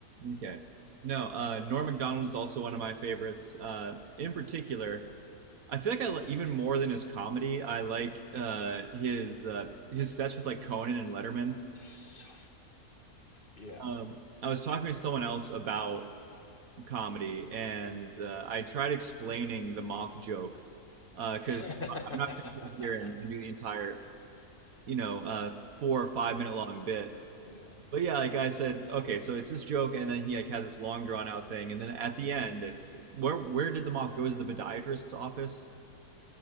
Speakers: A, on the right; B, on the left.
A: Okay. No, uh, Norm Macdonald is also one of my favorites. Uh, in particular, I feel like I li- even more than his comedy, I like uh, his uh, his sets with like Conan and Letterman.
B: it's so funny. Yeah,
A: Um, I was talking to someone else about comedy, and uh, I tried explaining the moth joke because
B: <laughs>
A: I'm not going to sit here and, and do the entire, you know, uh, four or five minute long bit.
B: yeah,
A: But yeah, like I said, okay, so it's this joke, and then he like has this long drawn out thing, and then at the end, it's where where did the moth go? Is it the podiatrist's office?